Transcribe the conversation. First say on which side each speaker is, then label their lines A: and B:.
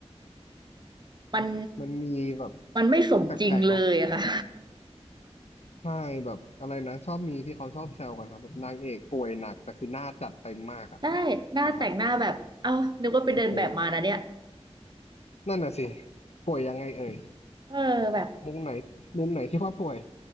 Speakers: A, on the right (about 40°); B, on the left (about 70°).
A: มัน
B: มันมีแบบ
A: มันไม่สมจริงเลยอะค่ะ
B: แปลกๆเนาะใช่แบบอะไรนะชอบมีที่เขาชอบแซวกันครับแบบนางเอกป่วยหนักแต่คือหน้าจัดเต็มมากอ่ะ
A: <laughs> ได้หน้าแต่งหน้าแบบเอ้านึกว่าไปเดินแบบมานะเนี่ย
B: ผมแบบโอ้โหนั่นน่ะสิป่วยยังไงเอ่ย
A: เออแบบ
B: มุมไหนมุมไหนที่ว่าป่วย